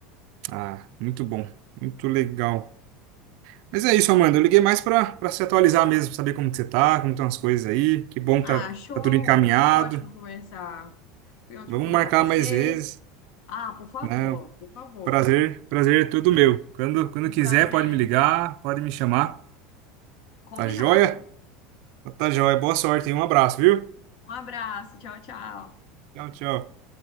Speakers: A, on the right; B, on the left.
A: Ah, muito bom. Muito legal. Mas é isso, Amanda. Eu liguei mais pra, pra se atualizar mesmo, pra saber como que você tá, como estão as coisas aí. Que bom
B: Ah,
A: que tá,
B: show!
A: tá tudo encaminhado.
B: Foi ótimo conversar. Foi ótimo
A: Vamos
B: conversar
A: marcar
B: com você.
A: mais vezes,
B: Ah, por favor,
A: né? O
B: por favor.
A: Prazer, prazer é todo meu. Quando, quando
B: Um
A: quiser,
B: prazer.
A: pode me ligar, pode me chamar.
B: Combinado.
A: Tá joia? Tá, joia. Boa sorte e um abraço, viu?
B: Um abraço, tchau, tchau.
A: Tchau, tchau.